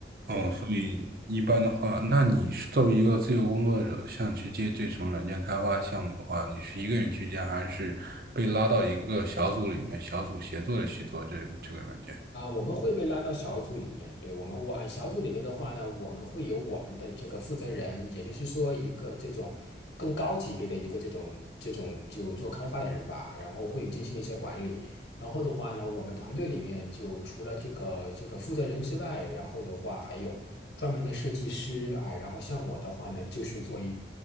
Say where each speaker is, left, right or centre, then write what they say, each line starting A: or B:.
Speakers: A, on the right; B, on the left.
A: 哦，
B: 对。
A: 所以一般的话，那你是作为一个自由工作者，像去接这种软件开发项目的话，你是一个人去接，还是被拉到一个小组里面，小组协作的去做这个这个软件？
B: 啊，我们会被拉到小组里面，对，我们我啊，小组里面的话呢，我们会有我们的这个负责人，也就是说一个这种更高级别的一个这种这种就做开发的人吧，然后会进行一些管理。然后的话呢，我们团队里面就除了这个这个负责人之外，然后的话还有专门的设计师啊，然后像我的话呢，就是做一